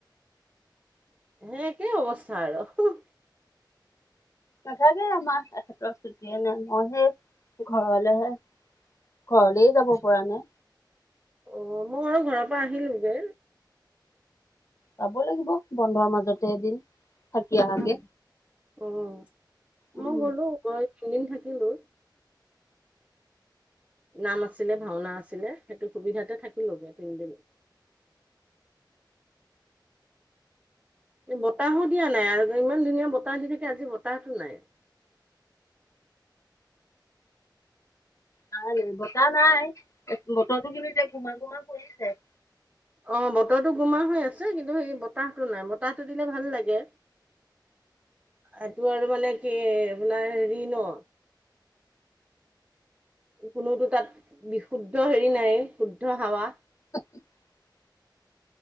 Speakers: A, on the right; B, on the left.
A: হে একেই অৱস্থা আৰু <unintelligible>
B: নাথাকে আমাৰ এখেতৰ ছুটিয়ে নাই মই হে ঘৰলেহে ঘৰলেই যাব পৰা নাই।
A: অ', মই আৰু ঘৰৰ পৰা আহিলোগে।
B: যাব লাগিব বন্ধৰ মাজতে এদিন। থাকি আহাকে
A: <unintelligible> অহ,
B: উম
A: মই গ'লো গৈ তিন দিন থাকিলোঁ। নাম আছিলে, ভাওনা আছিলে, সেইটো সুবিধাতে থাকিলোগে তিনদিন। এ বতাহো দিয়া নাই আৰ যে ইমান ধুনীয়া বতাহ দি থাকে আজি বতাহতো নাই।
B: নাই নে বতাহ নাই বতৰটো কিন্তু এতিয়া গোমা- গোমা কৰিছে।
A: অ বতৰটো গোমা হৈ আছে কিন্তু সেই বতাহটো নাই বতাহটো দিলে ভাল লাগে এইটো আৰু মানে কি আপোনাৰ হেৰি ন কোনোতো তাত বিশুদ্ধ হেৰি নাই শুদ্ধ হাৱা
B: <unintelligible>